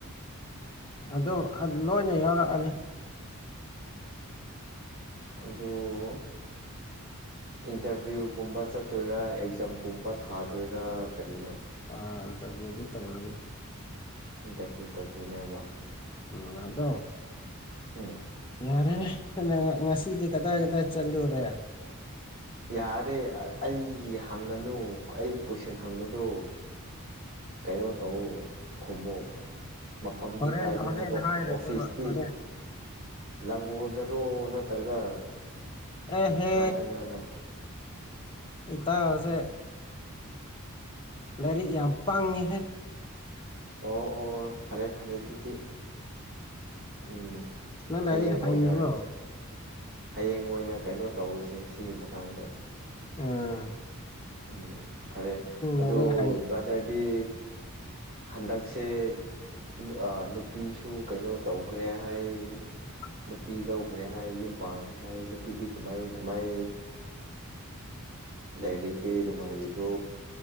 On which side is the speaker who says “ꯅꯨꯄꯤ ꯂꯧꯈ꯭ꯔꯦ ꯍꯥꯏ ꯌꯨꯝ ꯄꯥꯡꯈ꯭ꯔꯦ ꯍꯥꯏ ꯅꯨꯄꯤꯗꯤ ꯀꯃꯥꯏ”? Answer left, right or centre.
Right